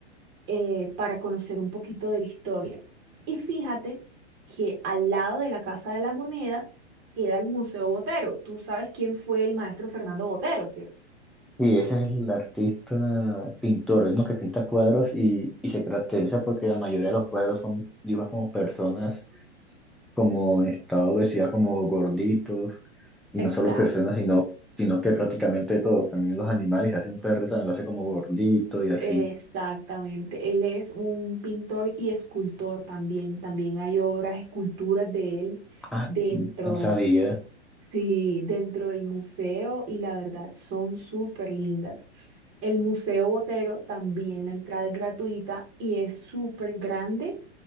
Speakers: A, on the right; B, in the centre.
A: eh, para conocer un poquito de la historia. Y fíjate que al lado de la Casa de la Moneda queda el Museo Botero. Tú sabes quién fue el maestro Fernando Botero, ¿cierto?
B: Y ese es el artista pintor, es uno que pinta cuadros y, y se caracteriza porque la mayoría de los cuadros son dibujos como personas como en estado de obesidad, como gorditos, y
A: Exacto,
B: no solo personas, sino, sino que prácticamente todo, también los animales, hace un perro también lo hace como gordito y así.
A: exactamente. Él es un pintor y escultor también. También hay obras, esculturas de él
B: Ah,
A: dentro,
B: sí, no sabía,
A: sí, dentro del museo y la verdad son súper lindas. El Museo Botero también la entrada es gratuita y es súper grande